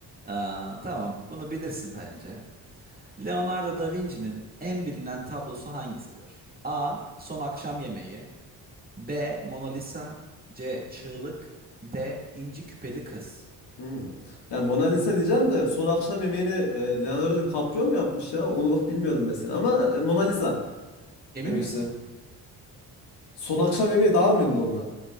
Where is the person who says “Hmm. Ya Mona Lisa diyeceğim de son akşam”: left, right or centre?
Left